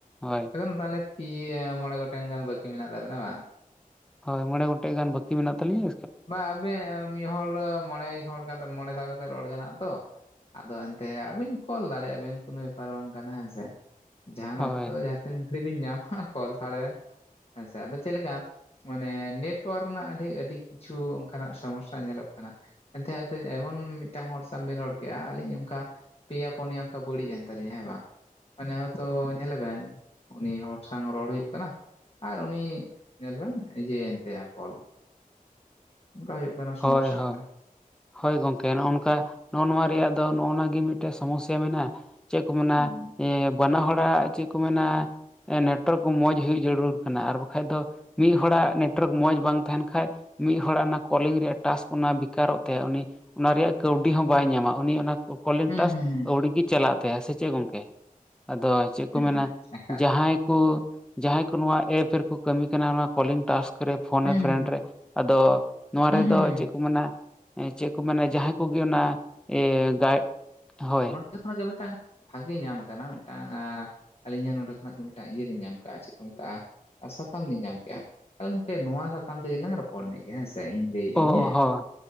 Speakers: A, in the centre; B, on the left (about 40°).
A: ᱦᱳᱭ
B: ᱮᱠᱷᱚᱱ ᱛᱟᱦᱚᱞᱮ ᱯᱤᱭᱟ ᱢᱚᱬᱮ ᱜᱚᱴᱮᱱ ᱜᱟᱱ ᱵᱟᱹᱠᱤ ᱢᱮᱱᱟᱜ ᱛᱟᱵᱮᱱᱟ ᱵᱟᱝ
A: ᱦᱳᱭ ᱢᱚᱬᱮ ᱜᱚᱴᱮᱡ ᱜᱟᱱ ᱵᱟᱠᱤ ᱢᱮᱱᱟᱜ ᱛᱟᱞᱤᱧᱟᱹ
B: ᱵᱟᱝ ᱟᱵᱮᱱ ᱢᱤᱫ ᱦᱚᱲ ᱢᱚᱬᱮ ᱦᱚᱲ ᱠᱟᱛᱮ ᱢᱚᱬᱮ ᱫᱷᱟᱣ ᱠᱟᱛᱮ ᱨᱚᱲ ᱜᱟᱱᱚᱜ ᱛᱚ ᱟᱫᱚ ᱮᱱᱛᱮ ᱟᱹᱵᱤᱱ ᱠᱚᱞ ᱫᱟᱲᱮᱭᱟᱜᱼᱟ ᱵᱤᱱ ᱠᱳᱱᱳ ᱵᱮᱯᱟᱨ ᱵᱟᱝ ᱠᱟᱱᱟ ᱦᱮᱸ ᱥᱮ ᱡᱟᱦᱟᱱ
A: ᱦᱳᱭ
B: ᱚᱠᱛᱚ ᱛᱤᱱ ᱜᱷᱟᱹᱲᱤ ᱵᱤᱱ ᱧᱟᱢᱟ ᱠᱚᱞ ᱦᱟᱛᱟᱲ ᱵᱮᱱ ᱦᱮᱸᱥᱮ ᱟᱫᱚ ᱪᱮᱫᱠᱟ ᱢᱟᱱᱮ ᱱᱮᱴᱣᱟᱨᱠ ᱨᱮᱱᱟᱜ ᱟᱹᱰᱤ ᱟᱹᱰᱤ ᱠᱤᱪᱷᱩ ᱚᱱᱠᱟᱱᱟᱜ ᱥᱚᱢᱚᱥᱥᱟ ᱧᱮᱞᱚᱜ ᱠᱟᱱᱟ ᱮᱱᱛᱮ ᱦᱚᱭᱛᱮ ᱮᱢᱚᱱ ᱢᱤᱫᱴᱟᱝ ᱦᱚᱲ ᱥᱟᱶ ᱵᱮᱱ ᱨᱚᱲ ᱠᱮᱜᱼᱟ ᱟᱹᱞᱤᱧ ᱚᱱᱠᱟ ᱯᱮᱭᱟ ᱯᱩᱱᱭᱟ ᱚᱱᱠᱟ ᱵᱟᱹᱲᱤᱡ ᱮᱱ ᱛᱟᱞᱤᱧᱟ ᱦᱮᱸ ᱵᱟᱝ ᱢᱟᱱᱮ ᱦᱚᱭᱛᱚ ᱧᱮᱞᱟᱵᱮᱱ ᱩᱱᱤ ᱦᱚᱲ ᱥᱟᱝ ᱨᱚᱲ ᱦᱩᱭᱩᱜ ᱠᱟᱱᱟ ᱟᱨ ᱩᱱᱤ ᱧᱮᱞ ᱵᱮᱱ ᱤᱭᱟᱹ ᱛᱟᱭᱟ ᱠᱚᱞ ᱚᱱᱠᱟ ᱦᱩᱭᱩᱜ ᱠᱟᱱᱟ
A: ᱦᱳᱭ
B: ᱥᱚᱢᱚᱥᱥᱟ
A: ᱦᱳᱭ
B: ᱠᱚ
A: ᱦᱳᱭ ᱜᱚᱝᱠᱮ ᱱᱚᱜᱼ ᱱᱚᱝᱠᱟ ᱱᱚᱣᱟ ᱨᱮᱭᱟᱜ ᱫᱚ ᱱᱚᱜᱼ ᱱᱚᱣᱟ ᱜᱮ ᱢᱤᱫᱴᱮᱱ ᱥᱚᱢᱚᱥᱥᱟ ᱢᱮᱱᱟᱜᱼᱟ ᱪᱮᱫ ᱠᱚ ᱢᱮᱱᱟ
B: ᱦᱮᱸ
A: ᱮ ᱵᱟᱱᱟ ᱦᱚᱲᱟᱜ ᱪᱮᱫ ᱠᱚ ᱢᱮᱱᱟ ᱱᱮᱴᱚᱣᱟᱨᱠ ᱢᱚᱡᱽ ᱦᱩᱭ ᱡᱟᱹᱨᱩᱲ ᱠᱟᱱᱟ ᱟᱨ ᱵᱟᱠᱷᱟᱡ ᱫᱚ ᱢᱤᱫ ᱦᱚᱲᱟᱜ ᱱᱮᱴᱣᱟᱨᱠ ᱢᱚᱡᱽ ᱵᱟᱝ ᱛᱟᱦᱮᱱ ᱠᱷᱟᱡ ᱢᱤᱫ ᱦᱚᱲᱟᱜ ᱚᱱᱟ ᱠᱚᱞᱤᱝ ᱨᱮᱭᱟᱜ ᱴᱟᱥᱠ ᱚᱱᱟ ᱵᱮᱠᱟᱨᱚᱜ ᱛᱟᱭᱟ ᱩᱱᱤ ᱚᱱᱟ ᱨᱮᱭᱟᱜ ᱠᱟᱹᱣᱰᱤ ᱦᱚᱸ ᱵᱟᱭ ᱧᱟᱢᱟ ᱩᱱᱤ ᱚᱱᱟ ᱠᱚᱞᱤᱝ
B: ᱦᱮᱸ
A: ᱴᱟᱥᱠ ᱟᱹᱣᱲᱤ ᱜᱮ ᱪᱟᱞᱟᱜ ᱛᱟᱭᱟ ᱥᱮ ᱪᱮᱫ ᱜᱚᱝᱠᱮ ᱟᱫᱚ ᱪᱮᱫ
B: ᱦᱮᱸ
A: ᱠᱚ ᱢᱮᱱᱟ
B: ᱦᱮᱸ ᱮᱠᱟᱞ
A: ᱡᱟᱦᱟᱸᱭ ᱠᱚ ᱡᱟᱦᱟᱸᱭ ᱠᱚ ᱱᱚᱣᱟ ᱮᱯ ᱨᱮᱠᱚ ᱠᱟᱹᱢᱤ ᱠᱟᱱᱟ ᱱᱚᱣᱟ ᱠᱚᱞᱤᱝ ᱴᱟᱥᱠ ᱯᱷᱳᱱ
B: ᱦᱮᱸ
A: ᱯᱷᱨᱮᱱᱰ
B: ᱦᱮᱸ
A: ᱨᱮ ᱟᱫᱚ ᱱᱚᱣᱟ
B: ᱦᱮᱸ
A: ᱨᱮᱫᱚ
B: ᱦᱮᱸ ᱦᱮᱸ
A: ᱪᱮᱫ ᱠᱚ ᱢᱮᱱᱟ ᱪᱮᱫ ᱠᱚ ᱢᱮᱱᱟ ᱡᱟᱦᱟᱸ ᱡᱟᱦᱟ ᱠᱚᱜᱮ ᱚᱱᱟ ᱮ ᱜᱟᱭ ᱦᱳᱭ
B: ᱡᱚᱛᱚ ᱠᱷᱚᱱᱟᱜ ᱜᱮ ᱢᱤᱫᱴᱟᱝ ᱵᱷᱟᱹᱜᱮ ᱧᱟᱢ ᱠᱟᱱᱟ ᱢᱤᱫᱴᱟᱝ ᱟᱹᱞᱤᱧᱟᱜ ᱱᱚᱰᱮ ᱠᱷᱚᱱᱟᱜ ᱜᱮ ᱢᱤᱫᱴᱟᱝ ᱤᱭᱟᱹ ᱞᱤᱧ ᱧᱟᱢ ᱠᱟᱜᱼᱟ ᱪᱮᱫ ᱠᱚ ᱢᱮᱛᱟᱜᱼᱟ ᱟᱥᱟᱛᱟᱢ ᱞᱤᱧ ᱧᱟᱢ ᱠᱮᱜᱼᱟ ᱟᱫᱚ ᱜᱚᱢᱠᱮ ᱱᱚᱣᱟ ᱥᱟᱛᱟᱢ ᱛᱮᱜᱮ ᱞᱟᱝ ᱨᱚᱯᱚᱲ ᱞᱮᱜᱮ ᱦᱮᱸ ᱥᱮ ᱤᱧ ᱞᱟᱹᱭᱮᱜ ᱟᱹᱧ
A: ᱚ
B: ᱦᱮᱸ
A: ᱦᱚᱸ